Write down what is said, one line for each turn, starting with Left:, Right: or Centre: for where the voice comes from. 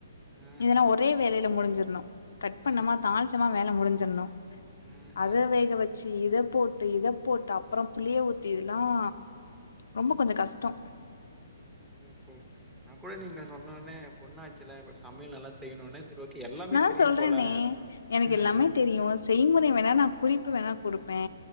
Centre: ஆஹா!
Left: இதல்லாம் ஒரே வேலையில முடிஞ்சிரு கட் பண்ணமா
Centre: ம்,
Left: தாாளிச்சமா வேலை முடிஞ்சிடணும்
Centre: ம்ஹ்ம்.
Left: அது வேக வச்ச ச இத போட்டு இத போட்டு அப்புறம் புளிய ஊத்தி இதெல்லாம் ரொம்ப கொஞ்சம் கஷ்டம்
Centre: ஓஹோ நான் கூட நீங்க சொன்ன உடனே பொண்ணாச்சுல சமையல் நல்லா செய்யணுனே, சரி ஓகே எல்லாமே
Left: நா
Centre: தெரியும்
Left: சொல்றேனே
Centre: போல.
Left: எனக்கு
Centre: ஆஹ,
Left: எல்லாமே தெரியு செய்முறை வேணா நா குறிப்பு வேணா குடுப்பே